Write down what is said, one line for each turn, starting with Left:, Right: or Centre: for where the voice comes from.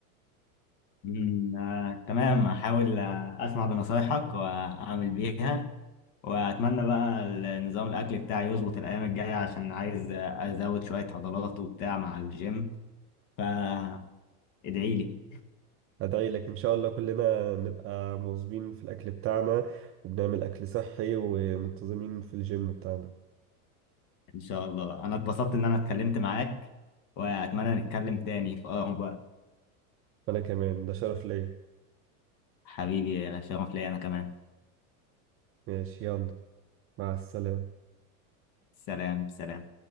Left: أمم، آه، تمام هحاول آه، اسمع بنصايحك واعمل بيها واتمنى بقى ال- نظام الاكل بتاعي يظبط الايام الجايه عشان عايز آه، ازود شويه عضلات وبتاع مع الجيم فادعي لي
Right: ادعي لك ان شاء الله كلنا نبقى مواظبين في الاكل بتاعنا وبنعمل اكل صحي ومنتظمين في الجيم بتاعنا
Left: ان شاء الله انا اتبسطت ان انا اتكلمت معاك واتمنى نتكلم تاني في اقرب وقت
Right: انا كمان ده شرف ليا
Left: حبيبي يا شرف ليا انا كمان
Right: ماشي يلا مع السلامة
Left: سلام سلام